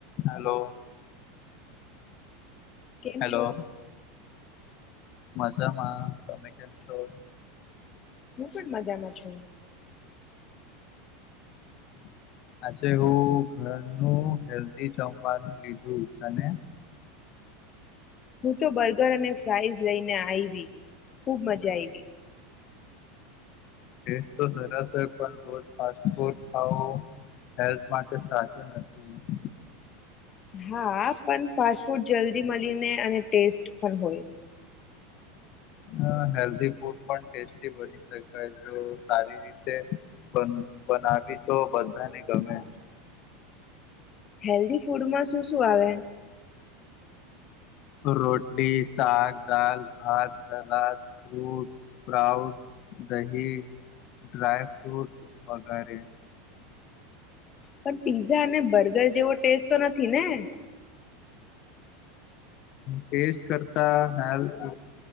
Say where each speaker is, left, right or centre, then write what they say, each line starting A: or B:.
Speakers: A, on the left; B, on the left.
A: હેલો
B: કેમ
A: હેલો
B: છો
A: જમા, તમે કેમ છો.
B: હુ, પણ મજામાં છું.
A: <inaudible> આચછે, હુ ઘરનું હેલ્ધી, જમવાનું લીધું તને <inaudible>
B: હુ, તો બર્ગર અને ફ્રઇઝ લઈને આવી ખુબ મજા આવી
A: ટેસ્ટ, તો સરસ હોય, પણ રોજ ફાસ્ટ ફૂડ ખાવું હેલ્થ, માટે સાચું નથી
B: હા, પણ ફાસ્ટ ફૂડ જલ્દી મળીને અને ટેસ્ટ પણ હોય.
A: હ હેલ્ધી ફૂડ, પણ ટેસ્ટી બની શકાય જો સારી રીતે બનાવી, તો બધાને ગમે
B: હેલ્ધી ફૂડમાં શું શું, આવે.
A: રોટલી, શક દાલ ભત સલાદ ફ્રૂટ સ્પ્રાઉટ દહી, ડ્રાય ફ્રૂટસ વગેરે.
B: પણ, પીઝા અને બર્ગર જેવો ટેસ્ટ તો નથી, ને
A: ટેસ્ટ, કરતા હેલ્થ